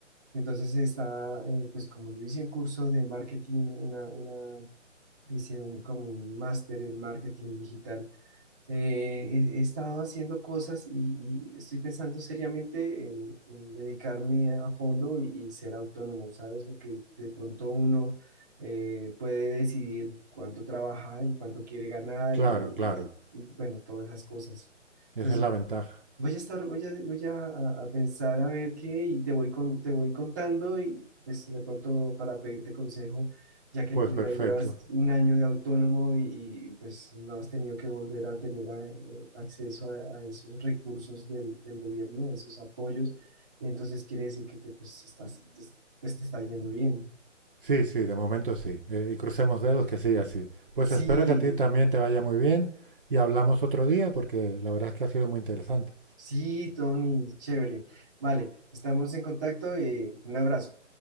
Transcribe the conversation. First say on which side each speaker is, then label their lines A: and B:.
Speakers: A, on the right (about 15°); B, on the right (about 45°).
A: Entonces está, eh, pues como yo hice un curso de marketing, una, una, hice un, como un máster en marketing digital eh, he, he estado haciendo cosas y, y estoy pensando seriamente en, en dedicarme a fondo y, y ser autónomo, ¿sabes? Porque de pronto uno eh, puede decidir cuánto trabaja y cuánto quiere ganar
B: claro,
A: y,
B: claro.
A: y, bueno, todas esas cosas. Entonces,
B: Esa es la ventaja.
A: Voy a estar, voy a, voy a, a- a pensar a ver qué y te voy con, te voy contando y pues de pronto para pedirte consejo, ya que
B: Pues
A: tú
B: perfecto.
A: ya llevas un año de autónomo y, y, pues no has tenido que volver a tener a- eh, acceso a, a esos recursos del, del gobierno, a esos apoyos, entonces quiere decir que te, pues, estás, te- pues, te está yendo bien.
B: Sí, sí, de momento sí. Eh, y crucemos dedos que siga así. Pues
A: Sí,
B: espero que a ti también te vaya muy bien y hablamos otro día porque la verdad es que ha sido muy interesante.
A: sí, Tony, chévere. Vale, estamos en contacto y un abrazo.